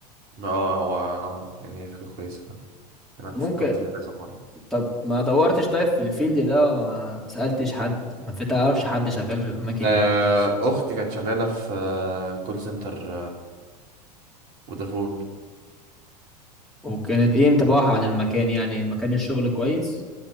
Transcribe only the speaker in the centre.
ممكن
طب ما دورتش طيب في الفيلد ده ما سالتش حد ما في تعرفش حد شغال في الاماكن
دي
وكانت ايه انطباعها عن المكان يعني مكان الشغل كويس